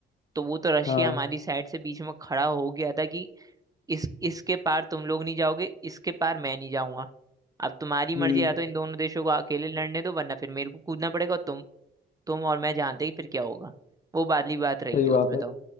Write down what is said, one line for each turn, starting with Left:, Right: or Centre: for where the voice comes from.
Right: तो वो तो रशिया
Left: हाँ
Right: हमारी साइड से बीच में खड़ा हो गया था कि इस इसके पार तुम लोग नहीं जाओगे इसके पार मैं नहीं जाऊंगा अब तुम्हारी मर्जी
Left: हम्म
Right: या तो इन दोनों देशों को अकेले लड़ने दो वरना फिर मेरे को कूदना पड़ेगा और तुम तुम और मैं जानते ही फिर क्या होगा वो वाली बात रही
Left: सही
Right: थी
Left: बात
Right: उसमें
Left: है
Right: तो